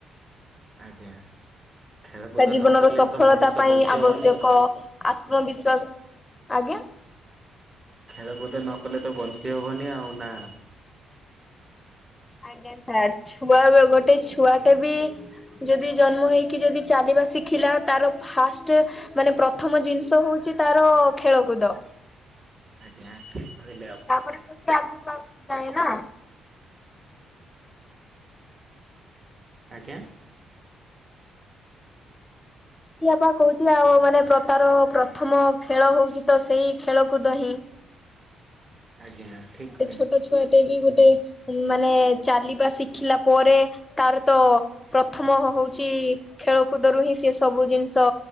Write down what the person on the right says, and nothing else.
ଆଜ୍ଞା। ଖେଳକୁଦ
ନ
କଲେ
ତ ମଣିଷ
ବଞ୍ଚି
ହବନି ଆଉ।
ଖେଳକୁଦ ନକଲେ ତ ବଞ୍ଚି ହେବନି ଆଉ ନା।
ଆଜ୍ଞା ଠିକ କହିଲେ ଆଉ
ଆଜ୍ଞା।
ଆଜ୍ଞା। ଠିକ
କହିଲେ।